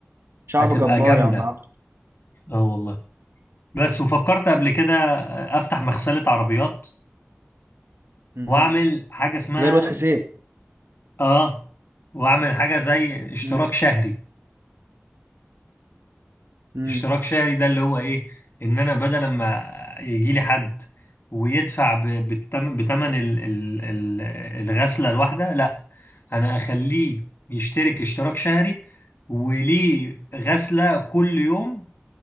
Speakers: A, on the right; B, on the left.
A: شعب
B: هتبقى
A: جبار
B: جامدة
A: يا عم عبد
B: اه والله بس وفكرت قبل كده أفتح مغسلة عربيات
A: مم.
B: واعمل حاجه اسمها
A: زي الواد حسين
B: اه واعمل حاجه زي اشتراك
A: مم.
B: شهري
A: مم.
B: اشتراك شهري ده اللي هو ايه ان انا بدل ما يجي لي حد ويدفع ب- بالتم... بتمن ال... ال... ال... الغسله الواحده لا انا اخليه يشترك اشتراك شهري وليه غسله كل يوم